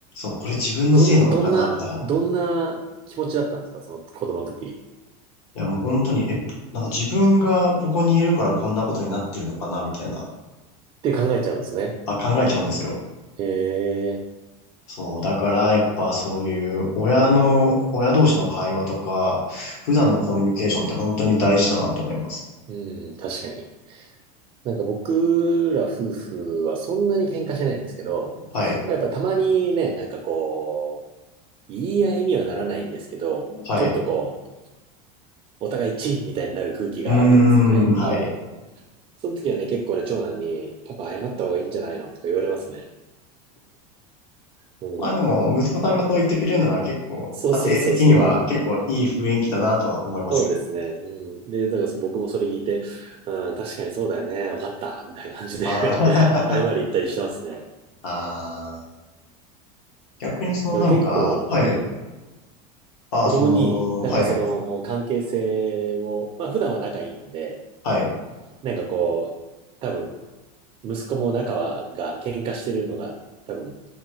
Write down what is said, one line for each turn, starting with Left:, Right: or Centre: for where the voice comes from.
Left: そう、これ自分のせいなのかなみたいな。
Right: どん、どんな、どんな気持ちだったんですか、その子供の時。
Left: いやもう本当に、え、なんか自分がここにいるからこんなことになってるのかなみたいな、
Right: って考えちゃうんですね。
Left: あ、考えちゃうんですよ。
Right: ええ、
Left: そう、だからやっぱそういう親の、親同士の会話とか、普段のコミュニケーションって本当に大事だなって思います。
Right: うん、確かに。なんか僕ら夫婦はそんなに喧嘩しないんですけど、
Left: はい、
Right: まあ、やっぱたまにね、なんかこう、言い合いにはならないんですけど、
Left: はい。
Right: ちょっとこう、お互いチッみたいになる空気があるんですよね。
Left: うーん、はい。
Right: うん。その時はね、結構ね、長男に、パパ謝った方がいいんじゃないのとか言われますね。うん。
Left: まあでも、息子さんがそう言ってくれるなら結構、
Right: そうそうそうそう。
Left: 家庭的には結構いい雰囲気だなとは思いますけど。
Right: うん。そうですね。うん。で、だからそ僕もそれ聞いて、うん、確かにそうだよね。わかった。みたいな感じで
Left: あー
Right: <laughs> 謝り言ったりしてますね。
Left: <laughs> あー、逆にそのなんか、
Right: だから結構、
Left: はい。
Right: うん。
Left: ああ、
Right: 子供に、
Left: その、
Right: なんかその関係性を、
Left: はい、
Right: まあ普段は仲いいんで、
Left: はい。
Right: なんかこう、多分、息子も仲はが喧嘩してるのが多分、